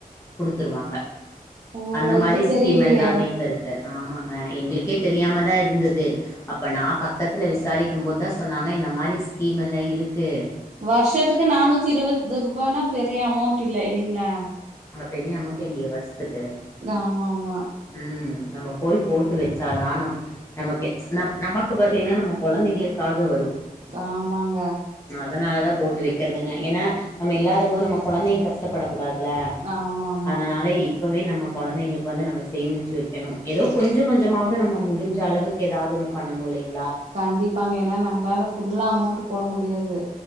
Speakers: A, on the left; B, on the right.
A: குடுத்துருவாங்க
B: ஓ
A: அந்த மாரி
B: இது தெரிலியே
A: ஸ்கீம் எல்லாமே இப்ப இருக்கு ஆமாங்க எங்களுக்கே தெரியாமதா இருந்தது அப்போ நா பக்கத்தில விசாரிக்கும்போதுதா சொன்னாங்க இந்த மாரி ஸ்கீம்லெல்லா இருக்கு‌
B: வருஷத்துக்கு நானூத்தி இருவது ரூபானா பெரிய அமௌன்ட் இல்ல இல்லைங்களா
A: பெரிய அமௌண்ட் இல்லையே வர்ஸ் த்துக்கு
B: ஆமா ஆமா
A: உம் நம்ம போய் போட்டு வச்சாதா நம் நமக்கு ச்சு நமக்கு வரலன்னா நம்ம கொழந்தைங்களுக்காவது வரு
B: த ஆமாங்க
A: அதனால தா போட்டு வைக்கிறதுங்க ஏன்னா நம்ம இல்லாதம்போது நம்ம கொழந்தைங் கஷ்டப்படக் கூடாதுல
B: ஆமா ஆமா
A: அதனால இப் ப்பவே நம்ம கொழந்தைங்களுக்கு வந்து நம்ம சேமிச்சு வைக்கணு ஏதோ கொஞ்ச கொஞ்சமாவது நம்ம முடிஞ்ச அளவுக்கு ஏதாவது ஒன்னு பண்ணணு இல்லைங்க
B: கண்டிப்பாங்க ஏன்னா நம்மளால ஃபுல்லா அமௌண்ட் போட முடியாது